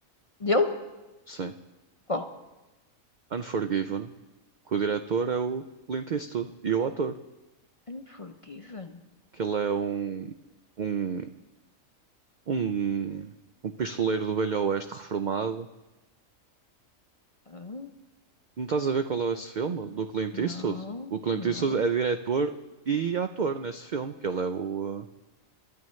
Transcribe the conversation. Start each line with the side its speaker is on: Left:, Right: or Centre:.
Left: dele?
Right: Sim.
Left: Qual?
Right: Unforgiven. Que o diretor é o Clint Eastwood e o ator.
Left: Unforgiven?
Right: que ele é um, um, um, um pistoleiro do Velho Oeste reformado.
Left: Ah,
Right: Não estás a ver qual é esse filme do Clint
Left: não,
Right: Eastwood? O Clint
Left: não,
Right: Eastwood é diretor e ator nesse filme, que ele é o, uh,